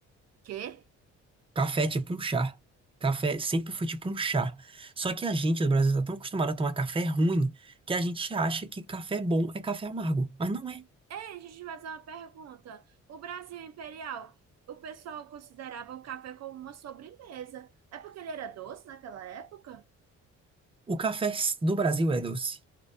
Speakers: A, on the right; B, on the right.
A: Quê?
B: Café é tipo um chá. Café sempre foi tipo um chá. Só que a gente, do Brasil, tá tão acostumado a tomar café ruim que a gente acha que café bom é café amargo. Mas não é.
A: Ei, deixa eu te fazer uma pergunta. O Brasil Imperial, o pessoal considerava o café como uma sobremesa. É porque ele era doce naquela época?
B: O café s- do Brasil é doce.